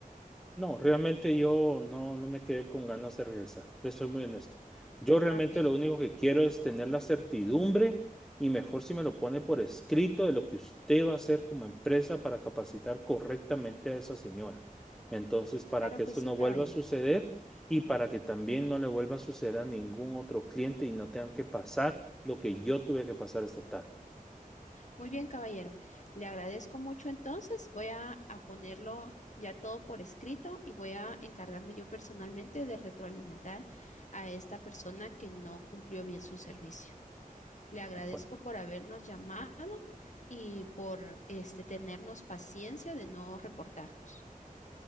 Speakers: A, in the centre; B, on the left (about 55°).
A: No, realmente yo no, no me quedé con ganas de regresar, le soy muy honesto. Yo realmente
B: Ah, ok,
A: lo único que quiero es tener la certidumbre y mejor si me lo pone por escrito de lo que usted va a hacer como empresa para capacitar correctamente a esa señora. Entonces, para
B: claro
A: que esto
B: que sí,
A: no
B: caballero.
A: vuelva a suceder y para que también no le vuelva a suceder a ningún otro cliente y no tengan que pasar lo que yo tuve que pasar esta tarde.
B: Muy bien, caballero. Le agradezco mucho entonces. Voy a, a ponerlo ya todo por escrito y voy a encargarme yo personalmente de retroalimentar a esta persona que no cumplió bien su servicio. Le agradezco
A: Bueno.
B: por habernos llamado y por este tenernos paciencia de no reportarnos.